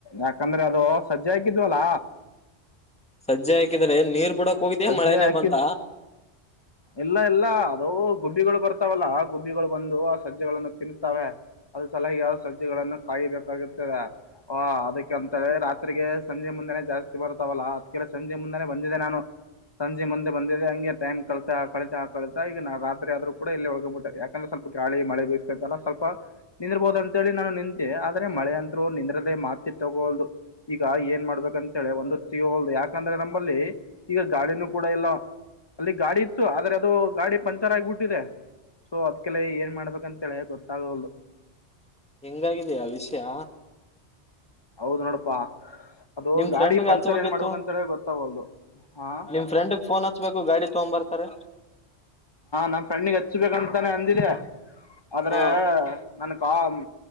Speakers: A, on the left (about 25°); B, in the centre.
A: ಯಾಕಂದ್ರೆ ಅದು ಸಜ್ಜೆ ಹಾಕಿದ್ವಲ್ಲ
B: ಸಜ್ಜೆ ಹಾಕಿದ್ರೆ ನೀರ್ ಬಿಡಕ್ ಹೋಗಿದ್ಯಾ
A: ಸಜ್ಜೆ
B: ಮಳೆನೇ
A: ಹಾಕಿದ್
B: ಬಂತ
A: ಇಲ್ಲ ಇಲ್ಲ ಅದು ಗುಬ್ಬಿಗಳು ಬರತ್ ಇರ್ತವಲ್ಲ ಗುಬ್ಬಿಗಳು ಬಂದು ಆ ಸಜ್ಜಗಳಗಳನ್ನು ತಿನ್ತವೇ ಅದ್ರ ಸಲ ಯಾವ ಸಜ್ಜೆಗಳನ್ನು ಕಾಯಬೇಕಾಗಿರ್ತದ. ಹಾ ಅದಕ್ಕೆ ಅಂತಾನೇ ರಾತ್ರಿಗಿ ಸಂಜೆ ಮುಂದಾನೆ ಜಾಸ್ತಿ ಬರ್ತವಲ್ಲ ಅದ್ಕ ಸಂಜೆ ಮುಂದಾನೆ ಬಂದಿದೆ ನಾನು ಸಂಜೆ ಮುಂದೆ ಬಂದಿದೆ ಅಂಗೆ ಟೈಮ್ ಕಳಿತಾ ಕಳಿತಾ ಈಗ್ ನಾ ರಾತ್ರಿ ಅದ್ರು ಕೂಡ ಇಲ್ಲೇ ಉಲ್ಕೊಬಿಟ್ಟೆ ಯಾಕಂದ್ರೆ ಸ್ವಲ್ಪ ಗಾಳಿ ಮಳೆ ಬೀಸ್ತಾ ಇತ್ತಲ್ಲ ಸ್ವಲ್ಪ ನಿಂದ್ರ್ಬೋವ್ದು ಅಂತೇಳಿ ನಾನು ನಿಂತೆ ಆದ್ರೆ ಮಳೆ ಅಂತ- ನಿಂದ್ರದೆ ಮಾತಿ ತಗೋಲ್ದು ಈಗ ಏನ್ ಮಾಡ್ಬೇಕಂತೇಳಿ ಒಂದು ತಿಹೋಲ್ದು ಯಾಕಂದ್ರೆ ನಂಬಲ್ಲಿ ಈಗ ಗಾಡಿನೂ ಕೂಡ ಇಲ್ಲ ಅಲ್ಲಿ ಗಾಡಿ ಇತ್ತು ಆದ್ರೆ ಅದು ಗಾಡಿ ಪಂಚರ್ ಆಗ್ಬಿಟ್ಟಿದೆ ಸೊ ಅದ್ಕಲೆ ಏನ್ ಮಾಡ್ಬೇಕಂತೇಳಿ ಗೊತ್ತಾವಾಲ್ದು.
B: ಇಂಗಾಗಿದಿಯಾ ವಿಷಯ
A: ಹೌದ್ ನೋಡಪ್ಪಾ ಅದು
B: ನಿಮ್
A: ಗಾಡಿ
B: ಫ್ರೆಂಡ್ಗೆ
A: ಪಂಚರ್
B: ಹಚ್ಬೇಕಿತ್ತು
A: ಏನ್ ಮಾಡ್ಬೇಕಂತ ಗೊತ್ತಾಗಲ್ದು ಹಾ
B: ನಿಮ್ ಫ್ರೆಂಡ್ಗ್ ಫೋನ್ ಹಚ್ಬೇಕು ಗಾಡಿ ತಗೊಂಬರ್ತಾರೆ
A: ನನ್ ಫ್ರೆಂಡಿಗೆ ಹಚ್ಬೇಕಂತಾನೆ ಅಂದಿದೆ ಆದ್ರೆ
B: ಹ
A: ನನ್ಗ್ ಹ್ಮ್